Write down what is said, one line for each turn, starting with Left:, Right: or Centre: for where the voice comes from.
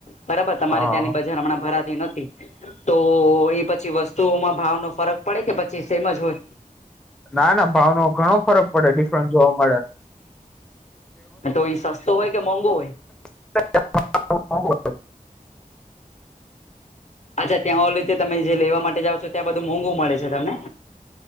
Left: બરાબર તમારે
Centre: હા
Left: ત્યાંની બજાર હમણાં ભરાતી નથી. તો એ પછી વસ્તુઓમાં ભાવનો ફરક પડે કે પછી સેમ જ હોય.
Centre: ના ના ભાવનો ઘણો ફરક પડે ડિફરન્સ જોવા મળે
Left: તો એ સસ્તો હોય કે મોંઘો હોય
Centre: <inaudible>
Left: અચ્છા ત્યાં <unintelligible> તમે જે લેવા માટે જાઓ છો ત્યાં બધું મોંઘું મળે છે તમને.